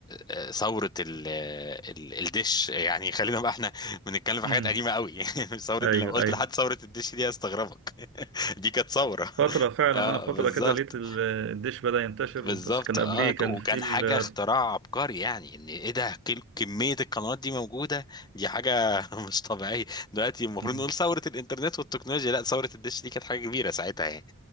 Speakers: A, on the left (about 20°); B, on the right (about 55°).
A: آه، ثورة ال- ال- الدش يعني خلينا بقى احنا بنتكلم في
B: مم.
A: حاجات قديمة قوي <laughs> ثورة
B: ايوه
A: لو قلت
B: ايوه
A: لحد ثورة الدش دي هيستغربك <laughs> دي كانت ثورة
B: فتره
A: <laughs>
B: فعلا
A: اه
B: اه فتره
A: بالظبط
B: كده لقيت ال- الدش بدأ ينتشر
A: بالظبط
B: بس كان
A: اه
B: قبليه كان
A: وكان
B: في ال-
A: حاجة اختراع عبقري يعني ان ايه ده كل- كمية القنوات دي موجودة دي حاجة <laughs> مش طبيعية دلوقتي المفروض
B: مم.
A: نقول ثورة الانترنت والتكنولوجيا لا ثورة الدش دي كانت حاجة كبيرة ساعتها يعني